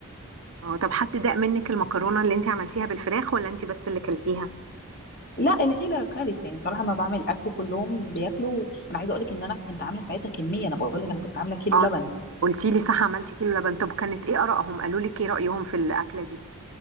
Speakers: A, on the right (about 65°); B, on the left (about 45°).
A: اه طب حد داق منك المكرونه اللي انتي عملتيها بالفراخ ولا انتي بس اللي كلتيها
B: لا العيله كانت يعني صراحه ما بعمل اكل كلهم بياكلوا انا عايزه اقول لك ان انا كنت عامله ساعتها كميه انا بقول لك انا كنت عامله كيلو
A: اه
B: لبن
A: قلتي لي صح عملتي كيلو لبن طب كانت ايه آرائهم قالوا لك ايه رأيهم في الأكلة دي